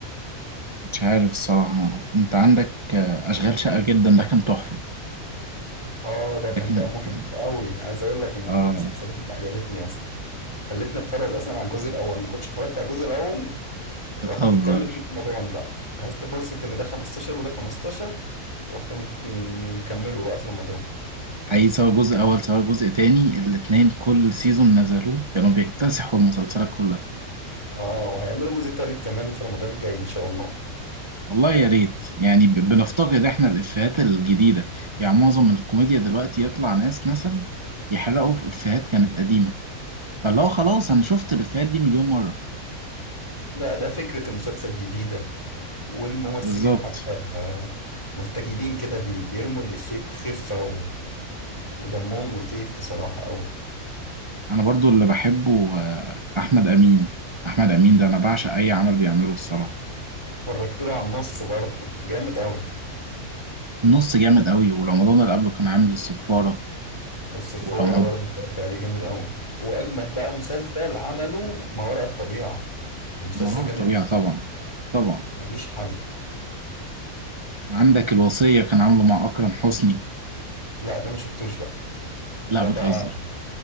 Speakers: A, on the right; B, on the left.
A: مش عارف الصراحه انت عندك آه، اشغال شقه جدا ده كان تحفه
B: اه ده
A: ده
B: كان
A: كان
B: دمه خفيف
A: كان-
B: قوي عايز اقول لك ان من
A: اه
B: المسلسلات اللي عجبتني اصلا خلتني اتفرج اصلا على الجزء الاول ما كنتش اتفرجت على الجزء الاول
A: بتهزر
B: رحت مكمل بيه في رمضان بقى جهزت فرصه ان ده 15 وده 15 رحت مت- مكمله بقى في رمضان
A: حقيقي سواء جزء اول سواء جزء تاني الاتنين كل سيزون نزلوه كانوا بيكتسحوا المسلسلات كلها
B: اه وهيعملوا جزء تالت كمان في رمضان الجاي ان شاء الله
A: والله يا ريت يعني ب- بنفتقد احنا الافيهات الجديده يعني معظم الكوميديا دلوقتي يطلع ناس مثلا يحرقوا في افيهات كانت قديمه فاللي هو خلاص انا شفت الافيهات دي مليون مره
B: لا ده فكره المسلسل جديده والممثلين
A: بالظبط
B: حتى آه، مرتجلين كده بي- بيرموا الافيه بخفه و... ودمهم لطيف بصراحه قوي
A: انا برضو اللي بحبه آه، احمد امين احمد امين ده انا بعشق اي عمل بيعمله الصراحه
B: اتفرجت له على النص برضه جامد قوي
A: النص جامد قوي ورمضان اللي قبله كان عامل الصفاره
B: الصفارة
A: ورمضان
B: برضه اتفرجت عليه جامد أوي وأجمد بقى مسلسل عمله ما وراء الطبيعة المسلسل
A: مراد
B: جامد
A: الطبيعه
B: أوي
A: طبعا طبعا
B: ملوش حل
A: عندك الوصيه كان عامله مع اكرم حسني
B: لا ده ما شفتوش بقى
A: لا
B: ده
A: بتهزر
B: بقى